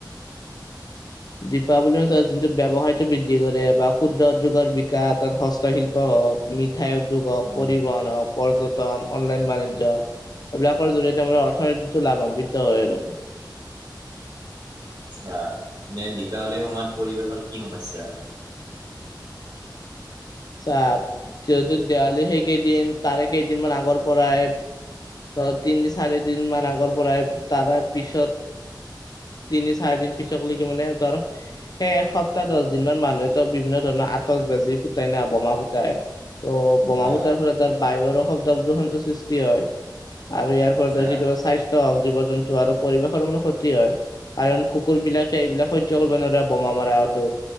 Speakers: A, on the left; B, on the right.
A: দীপাৱলীৰ যোনটো ব্যৱসায়তটো বৃদ্ধি কৰে বা ক্ষুদ্ৰ উদ্যোগৰ বিকাশ তাত হস্তশিল্প হওক। মিঠাই উদ্যোগ হওক
B: উম,
A: পৰিবহণ হওক। পৰ্যটন অনলাইন বাণিজ্য এইবিলাকৰ জৰিয়তে মানে অৰ্থনীতিটো লাভান্বিত হয় আৰু।
B: আচ্ছা মানে দীপাৱলীৰ সময়ত পৰিৱেশৰ কি সমস্যা হয়?
A: চাহ যিহেতু দেৱালীৰ সেই কেইদিন তাৰে কেইদিন মান আগৰ পৰাই। ত' তিনি- চাৰিদিন মান আগৰ পৰাই তাৰ পিছত। তিনি চাৰিদিন পিছক লকে মানে তৰ। সেই এসপ্তাহ দহ দিন মান মানুহেতো বিভিন্ন ধৰণৰ আতচ বাজি ফু। ফুটাই না বোমা ফুতাই ত' বোমা
B: অ'
A: ফুতাৰ ফ তাৰ। বায়ুৰো শব্দ গ্ৰহণটোো সৃষ্টি হয় আৰু ইয়াৰ ফল
B: আচ্ছা
A: ধৰ কেতিয়াবা স্বাস্থ। ওক, জীৱ - জন্তু আৰু পৰিৱেশৰ মানে ক্ষতি হয় কাৰণ। কুকুৰ বিলাকে এইবিলাক কৰিব নোৱাৰা বোমা মাৰতো